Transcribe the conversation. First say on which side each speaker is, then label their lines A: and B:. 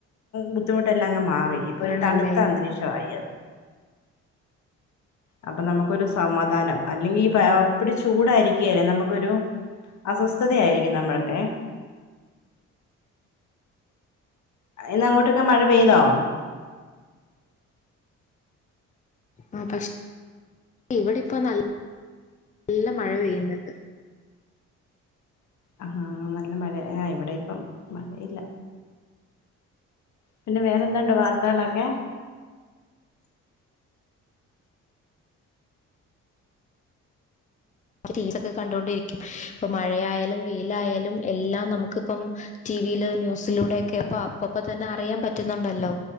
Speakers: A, on the left; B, on the left.
A: ബുദ്ധിമുട്ടെല്ലാം അങ്ങ് മാറി ഇപ്പൊരു
B: ആണല്ലേ
A: തണുത്ത അന്തരീക്ഷവായി അത് അപ്പൊ നമുക്കൊരു സമാധാനം അല്ലെങ്കി ഈ പായപ്പടി ചൂടായിരിക്കൃലേ നമുക്കൊരു അസ്വസ്ഥതയായിരിക്കും നമ്മള്ട്ടെ ഇന്ന് അങ്ങോട്ടൊക്കെ മഴ പെയ്തോ
B: ആഹ് പക്ഷെ ഇവിടെപ്പോ നല്ല നല്ല മഴ പെയ്യുന്നുണ്ട്
A: ആഹ് നല്ല മഴെ ആഹ് ഇവിടെപ്പം മഴയില്ല പിന്നെ വേറെന്തുണ്ട് വാർത്തകളൊക്കെ
B: രീൽകൊ കണ്ടൊണ്ടിരിക്കും ഇപ്പൊ മഴയാലും വെയിലായാലും എല്ലാം നമുക്പ്പം. ടിവിയില് ന്യൂസിലൂടെയൊക്കെ ഇപ്പോ അപ്പപ്പോ തന്നെ അറിയാൻ പറ്റുന്നുണ്ടല്ലോ